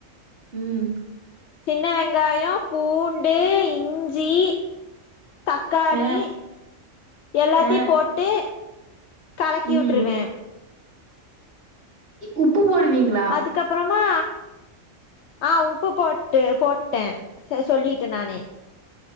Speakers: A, on the right (about 45°); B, on the left (about 65°).
A: ம்
B: சின்ன வெங்காயோ பூண்டு இஞ்சி தக்காளி
A: அ
B: எல்லாத்தியு
A: அ
B: போட்டு கலக்கி
A: ம்
B: உட்ருவ
A: உப்பு போடுவீங்க
B: அதுக்கப் ப்றமா ஆ உப்பு போட்டு போட்ட சொல்லிட்ட நானே